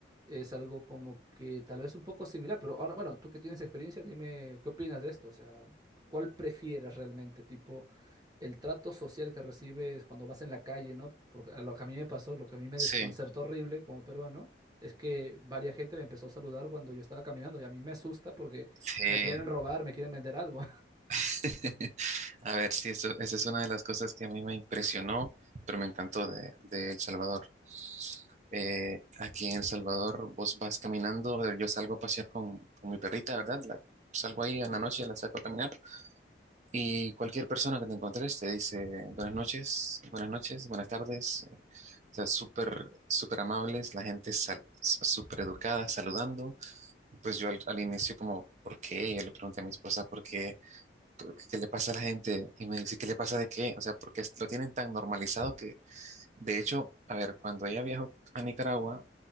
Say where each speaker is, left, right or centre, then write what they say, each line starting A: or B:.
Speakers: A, on the right (about 20°); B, on the right (about 40°).
A: es algo como que tal vez un poco similar, pero ahora, bueno, tú que tienes experiencia, dime qué opinas de esto, o sea, ¿cuál prefieres realmente? Tipo el trato social que recibes cuando vas en la calle, ¿no? Porque a lo que a mí me pasó, lo que a mí me
B: sí,
A: desconcertó horrible como peruano, es que varias gente me empezó a saludar cuando yo estaba caminando y a mí me asusta porque
B: sí.
A: me quieren robar, me quieren vender algo.
B: <laughs> A ver, sí, eso, esa es una de las cosas que a mí me impresionó, pero me encantó de, de El Salvador. Eh, aquí en El Salvador vos vas caminando, a yo salgo a pasear con, con mi perrita, ¿verdad? La- salgo ahí en la noche, la saco a caminar y cualquier persona que te encuentres te dice buenas noches, buenas noches, buenas tardes. eh, o sea, súper, súper amables, la gente sal- súper educada, saludando. Pues yo al, al inicio como, ¿por qué? Yo le pregunté a mi esposa, ¿por qué? ¿Qué le pasa a la gente? Y me dice, ¿qué le pasa de qué? O sea, porque es- lo tienen tan normalizado que, de hecho, a ver, cuando ella viajó a Nicaragua,